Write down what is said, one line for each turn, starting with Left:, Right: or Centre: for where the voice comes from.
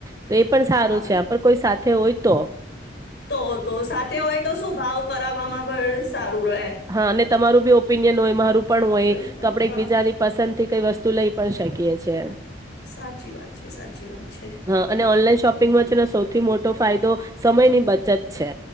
Right: તો એ પણ સારું
Left: હા
Right: છે આ કોઈ હોય તો.
Left: તો તો સાથે હોય તો શું ભાવ કરાવવામાં પણ સારું. રહે
Right: હા અને તમારું બી ઓપિનિયન હોય મારું પણ
Left: હા
Right: હોય તો આપણેે
Left: હા
Right: એક બીજાની પસંદ થી કઈ વસ્તુ લઈ પણ શકીએ. કીઅ છે.
Left: સાચી વાત છે સાચી વાત છે
Right: હા અને ઓનલાઈન શોપિંગમાં છે સૌથી મોટો ફાયદો સમયની બચત છે.